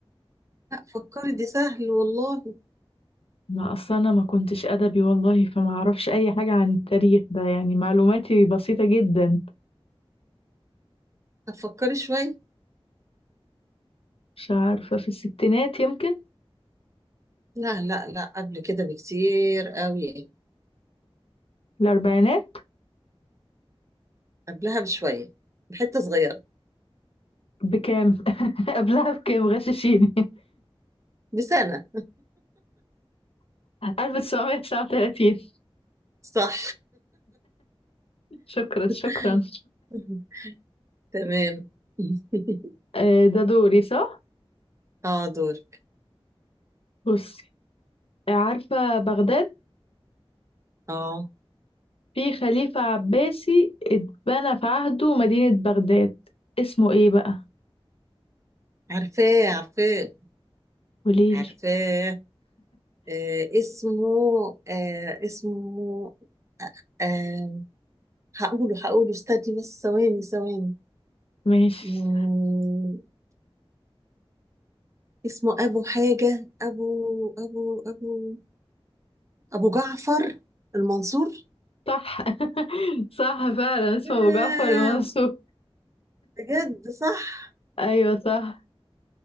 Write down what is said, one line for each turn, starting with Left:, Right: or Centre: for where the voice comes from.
Right: لا فكري دي سهل والله
Left: ما اصل انا ما كنتش ادبي والله فما اعرفش اي حاجة عن التاريخ ده يعني معلوماتي بسيطة جدا
Right: طب فكري شوية
Left: مش عارفة في الستينات يمكن
Right: لا لا لا قبل كده بكتير قوي
Left: الاربعينات
Right: قبلها بشوية بحتة صغيرة
Left: بكام <laughs> قبلها بكام غششيني
Right: بسنة
Left: <laughs> 1939
Right: <laughs> صح
Left: شكرا شكرا
Right: <laughs> تمام <laughs>
Left: آه، ده دوري صح
Right: اه دورك
Left: بصي عارفة بغداد
Right: اه
Left: في خليفة عباسي اتبنى في عهده مدينة بغداد اسمه ايه بقى
Right: عارفاه عارفاه
Left: قوليلي
Right: عارفاه آه اسمه آه اسمه آه هقوله هقوله استني بس ثواني ثواني
Left: ماشي
Right: مم، اسمه أبو حاجة أبو أبو أبو أبو جعفر المنصور
Left: صح <laughs> صح فعلا اسمه
Right: آه
Left: أبو جعفر المنصور
Right: بجد صح
Left: أيوة صح